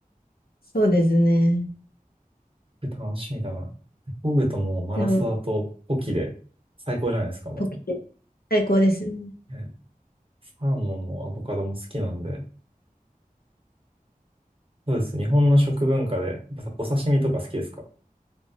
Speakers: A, on the left; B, on the right.
A: そうですね。
B: 楽しみだな。ホグともうマラサダとポキで最高じゃないですか、
A: でも、
B: も
A: ポキテ、最高ですね。
B: う。ねサーモンもアボカドも好きなんで。そうです。日本の食文化で、やっぱお刺身とか好きですか